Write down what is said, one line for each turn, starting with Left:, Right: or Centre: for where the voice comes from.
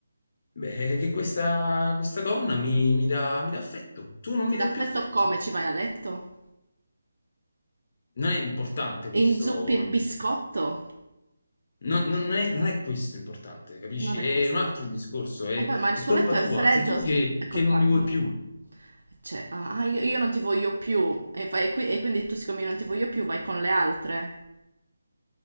Left: beh, che questa, questa donna mi, mi dà, mi dà affetto. Tu non
Right: Ti
Left: mi
Right: dà
Left: dai
Right: affetto
Left: più affetto.
Right: come? Ci vai a letto?
Left: Non è importante questo.
Right: E inzuppi il biscotto?
Left: No- no, non è, non è questo importante, capisci?
Right: Non è
Left: È
Right: questo.
Left: un altro il discorso, è,
Right: Vabbè, ma il
Left: è
Right: suo
Left: colpa
Right: letto
Left: tua,
Right: è freddo,
Left: sei tu che,
Right: è colpa
Left: che non mi
Right: mia.
Left: vuoi più,
Right: Cioè, ah, ah, io, io non ti voglio più. E, fai- e qui- e quindi tu, siccome io non ti voglio più, vai con le altre.